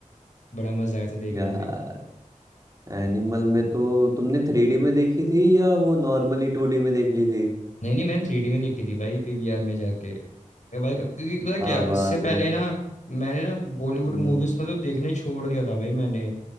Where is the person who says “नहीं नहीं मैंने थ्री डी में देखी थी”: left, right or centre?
Left